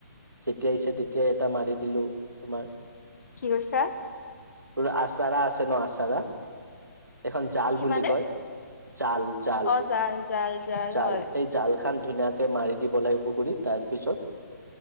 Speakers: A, on the right (about 90°); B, on the left (about 55°).
A: যেতিয়া আহিছে, তেতিয়াই এটা মাৰি দিলোঁ, তোমাৰ।
B: কি কৰিছা?
A: <unintelligible> এখন জাল
B: কি
A: বুলি
B: মানে?
A: কয়। জাল-জাল।
B: অ জাল জাল
A: জাল,
B: হয়।
A: সেই জাল। <unintelligible> ধুনীয়াকে মাৰি দিব লাগে, পুখুৰীত। তাৰ পিছত,